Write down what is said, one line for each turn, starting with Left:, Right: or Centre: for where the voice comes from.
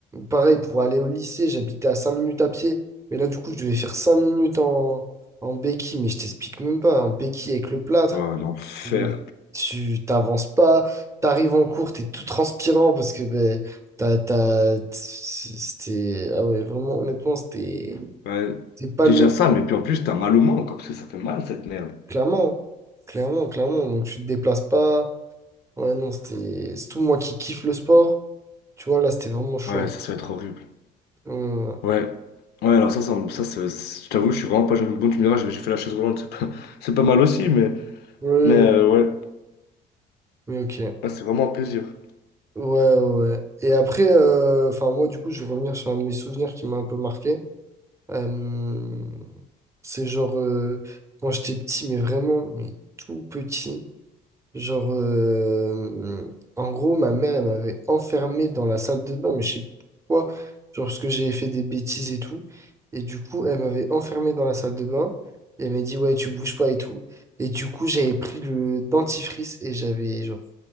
Right: Pareil, pour aller au lycée, j'habitais à 5 minutes à pied, mais là, du coup, je devais faire cinq minutes en, en béquille, mais je t'explique même pas, en béquille avec le plâtre,
Left: Ouais, l'enfer.
Right: Oui. tu t'avances pas, t'arrives en cours, t'es tout transpirant parce que ben, t'as, t'as, c'était, ah ouais, vraiment, honnêtement, c'était,
Left: Ouais,
Right: c'était pas
Left: déjà
Right: le meilleur.
Left: ça, mais puis en plus, t'as mal au manque, hein, parce que ça fait mal, cette merde.
Right: Clairement, clairement, clairement. Donc tu te déplaces pas. Ouais, non, c'était. C'est tout moi qui kiffe le sport. Tu vois, là, c'était vraiment chaud.
Left: Ouais, ça, ça va être horrible.
Right: Euh,
Left: Ouais. Ouais, alors ça, ça, me- ça c'est- c'est- je t'avoue, je suis vraiment pas jaloux. Bon, tu me diras, j'ai j'ai fait la chaise roulante, c'est pas, <laughs> c'est pas mal aussi, mais,
Right: oui,
Left: mais euh, ouais,
Right: mais ok.
Left: Ah, c'est vraiment un plaisir.
Right: Ouais, ouais. ouais. Et après, euh, enfin, moi, du coup, je vais revenir sur un de mes souvenirs qui m'a un peu marqué. Euh, c'est genre, euh, quand j'étais petit, mais vraiment, mais tout petit. Genre, euh, en gros, ma mère, elle m'avait enfermé dans la salle de bain, mais je sais pas pourquoi, genre parce que j'avais fait des bêtises et tout. Et du coup, elle m'avait enfermé dans la salle de bain et elle m'a dit, ouais, tu bouges pas et tout. Et du coup, j'avais pris le dentifrice et j'avais, genre,